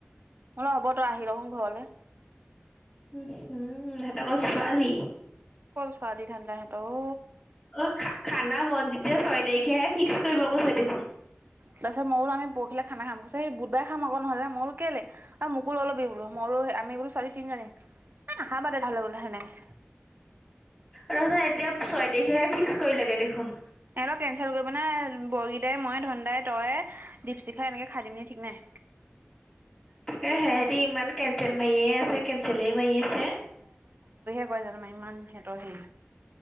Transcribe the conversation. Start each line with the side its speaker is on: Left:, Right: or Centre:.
Right: নোল হ'ব তই আহি ল ঘৰলৈ
Left: উম, হিসতকৰ ছোৱালী
Right: অকল ছোৱালী ধান্দা ও
Left: অ', খানা মনজিৎ ছয় তাৰিখেহে ফিক্স কৰিব কৈছ দেখোন।
Right: তাৰ পিছত মো আমি পৰহিলে খাম কৈছে স বুবাই খাম আকৌ নহ'লে মোকো কেলে আৰু মোকো অল বিলো মো আমি বোলো চাৰি তিনিজনি হ বা দে ভাল বলে সেনে কৈছে।
Left: ৰচো এতিয়া ছয় তাৰিখেহে ফিক্স কৰি লাগে দেখোন।
Right: এত কেচেল কৰিব নে বৰগীদাই মই ধন দাই তই দীপচিখা এনেকৈ খাই দিমনে ঠিক নাই। <inaudible>
Left: তাকে সেহেতি ইমান কেঞ্চেল মাৰিয়ে আছে কেঞ্চলে মাৰি আছে।
Right: জান ম ইমান সিহতৰ হেৰি